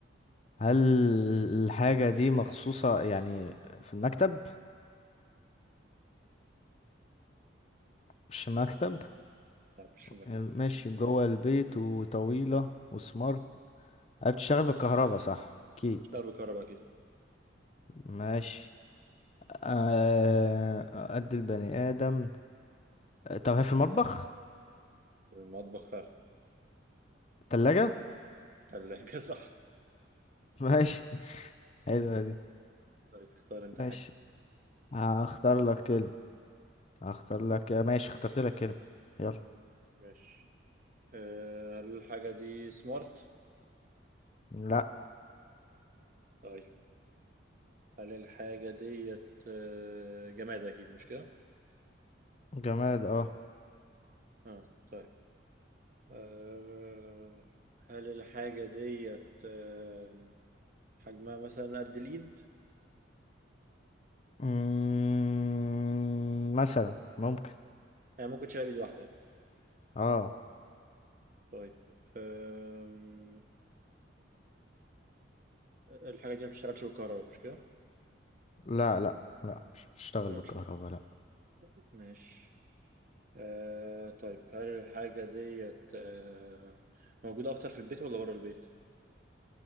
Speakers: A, on the left (about 35°); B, on the right (about 45°).
A: هل الحاجة دي مخصوصة يعني في المكتب مش مكتب
B: لا مش في المكتب
A: آه، ماشي جوه البيت وطويلة وسمارت آه، بتشتغل بالكهرباء صح اكيد
B: مش بكهرباء كده
A: ماشي آه، قد البني آدم طب هي في المطبخ
B: المطبخ فعلا
A: تلاجة
B: تلاجة صح
A: <laughs> ماشي حلوة دي
B: طيب اختار انت
A: ماشي
B: حاجة
A: هختار لك كلمة هختار لك ماشي اخترت لك كلمة يلا
B: ماشي أه هل الحاجة دي سمارت؟
A: لا
B: طيب هل الحاجة ديت آه، جماد أكيد مش كده؟
A: جماد اه
B: اه طيب أه هل الحاجة ديت آه، حجمها مثلا قد الإيد؟
A: مم، مثلا ممكن
B: هي ممكن تشيلها بإيد واحدة
A: اه
B: طيب أم، الحاجة دي ما بتشتغلش بالكهرباء مش كده؟ ما
A: لا لا لا مش بتشتغل
B: بتشتغلش
A: بالكهرباء
B: بالكهرباء
A: لا
B: طيب، ماشي أه طيب هل الحاجة ديت أه موجودة أكتر في البيت ولا بره البيت؟